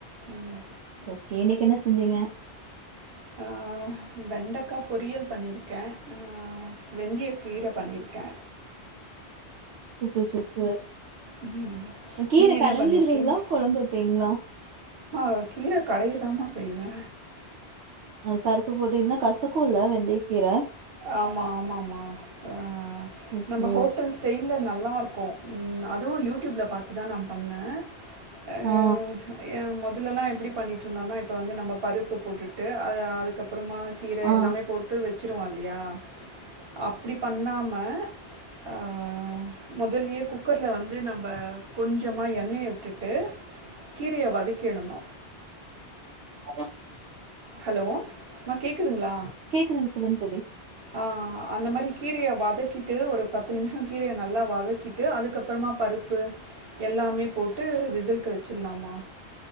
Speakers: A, on the right; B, on the right.
A: உம்
B: ஓகே இன்னைக்கி என்ன செஞ்சீங்க
A: ஹ வெண்டைக்காய் பொரியல் பண்ணியிருக்கே ஆஹ் வெந்திய கீரை பண்ணியிருக்கே
B: சூப்பர் சூப்பர்
A: உ
B: கீர
A: நீங்க என்ன
B: கடஞ்சிருவீங்களா
A: பண்ணிருக்கீங்க
B: கொழம்பு வைப்பீங்களா
A: ஆ கீரை கடையைதாம செய்வே
B: அ பருப்பு போட்டு இல்னா கசக்கும்ல வெந்தய கீரை
A: ஆமா ஆமாம்மா ஆஹ்
B: ஓகே
A: நம்ம ஹோட்டல்
B: ஓ
A: ஸ்டைல்ல நல் ல்லாயிருக்கு ம் அதுவு யூடியூப்ல பாத்து தா நா பண்ணே ஆஹ்
B: ஆ
A: எ மொத் இதுலல்லா எப்டி பண்ணிட்டு இருந்தோனா இப்போ வந்து நம்ம பருப்பு போட்டுட்டு அ அதுக்கு அடுத்து அப்புறமா கீரை
B: ஆ
A: எல்லாமே போட்டு வெச் ச்சிருவோ அத ஆஹ் அப்டி பண்ணாம ஆஹ் மொதல்யே குக்கருல வந்து நம்ம கொஞ்சமா எண்ணய விட்டுட்டு கீரைய வதக்கிடணு
B: <inaudible>
A: ஹலோ அம்மா கேக்குதுங்களா
B: கேக்குதுங் சொல்லுங் தோழி
A: ஆ அந்த மாரி கீரையை வதக்கிட்டு ஒரு பத்து நிமிஷம் கீரையை நல்லா வதக்கிட்டு அதுக்கப்புறமா பருப்பு எல்லாமே போட்டு விசில்கு வெச்சிடலாமா